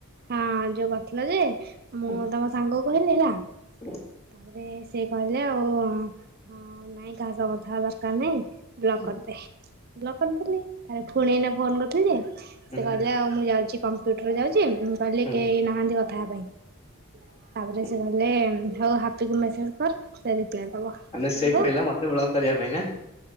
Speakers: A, on the right; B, on the left.
A: ହଁ ଯୋଉ କରିଥିଲ ଯେ ମୁଁ
B: ଉଁ,
A: ତମ ସାଙ୍ଗକୁ କହିଲି ହେଲା।
B: <inaudible>
A: ତାପରେ ସେ କହିଲେ ଆଉ ଉଁ ନାଇଁ କାହା ସହ କଥା ହବା ଦରକାର ନାଇଁ। ବ୍ଲକ
B: ଉଁ,
A: କରିଦେ, ବ୍ଲକ କରିଦେଲି ତାରେ ଫୁଣି ଏଇନା ଫୋନ କରିଥିଲି ଯେ
B: ଉଁ,
A: ସେ କହିଲେ
B: ହୁଁ,
A: ଆଉ ମୁଁ ଯାଉଛି କମ୍ପ୍ୟୁଟର ଯାଉଚି କହିଲେ
B: ହୁଁ,
A: କେହି ନାହାନ୍ତି କଥା ହବା ପାଇଁ। ତାପରେ
B: ହୁଁ।
A: ସେ କହିଲେ ହଉ ହାପିକୁ ମେସେଜ କର ସେ ରିପ୍ଲାଏ ଦବ।
B: ମାନେ
A: କହିଲି
B: ସେ
A: ହଉ
B: କହିଲା ମତେ ବ୍ଲକ କରିବା ପାଇଁ ନା?